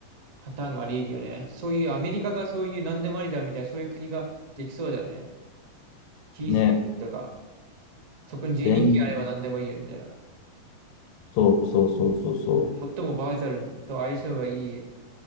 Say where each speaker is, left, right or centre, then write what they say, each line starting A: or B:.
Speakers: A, on the right; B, on the left.
A: パターンがあり得るよね。そういうアメリカがそういう何でもありだみたいな、そういう国ができそうだよね。小さい国とか、
B: う。ね。
A: そこに住民権あれば何でもいいよみたいな。
B: 全そうそうそうそうそう。
A: 最もバーチャルと相性がいい、